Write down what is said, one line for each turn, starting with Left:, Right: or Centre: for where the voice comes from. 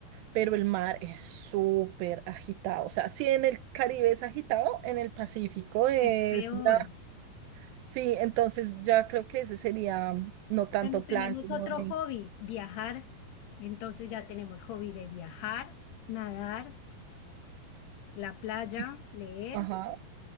Right: pero el mar es súper agitado. O sea, si en el Caribe es agitado, en el Pacífico es
Left: es peor.
Right: ya, sí, entonces ya creo que ese sería mm, no tanto
Left: Bueno, tenemos
Right: plan como
Left: otro
Right: de,
Left: hobby, viajar. Entonces ya tenemos hobby de viajar, nadar, la playa,
Right: ex-
Left: leer.
Right: ajá,